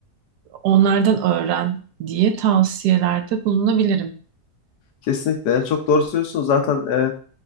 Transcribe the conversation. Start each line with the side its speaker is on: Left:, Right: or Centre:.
Right: onlardan öğren diye tavsiyelerde bulunabilirim.
Left: Kesinlikle. Yani çok doğru söylüyorsunuz. Zaten e,